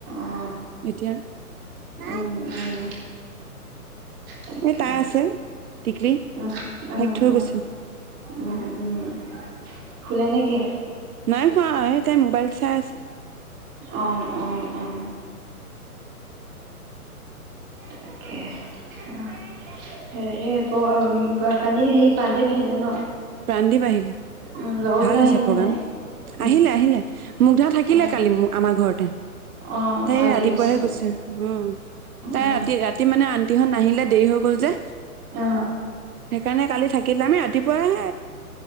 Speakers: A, on the right; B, on the right.
A: অ
B: এতিয়া
A: উম
B: আ
A: উম তাকে।
B: এ তাই আছে তিকলি
A: উম উম
B: তাইক থৈ
A: উম
B: গৈছো
A: উম উম শুলে নেকি
B: নাই শুৱা এই তাই মোবাইল চাই আছে
A: অ অ অ এ <unintelligible> তাকে <unintelligible> হেৰি <unintelligible> কালি সেই প্ৰাণদীপ আহিলে ন
B: প্ৰাণদিপ আহিলে
A: উম লগৰকেইটা
B: ভাল
A: আহিল
B: হৈছে প্ৰগ্ৰাম
A: নে নাই উম
B: আহিলে আহিলে মুগধা থাকিলে
A: উম
B: কালি আমাৰ ঘৰত <unintelligible>
A: অ
B: তাই
A: অ আজি
B: ৰাতিপুৱাহে
A: অ
B: গৈছে উম তাই
A: অ
B: ৰাতি ৰাতি মানে আনটিহত নাহিলে দেৰি হৈ গল যে
A: অ
B: সেইকাৰণে কালি থাকিলে আমি ৰাতিপুৱাইে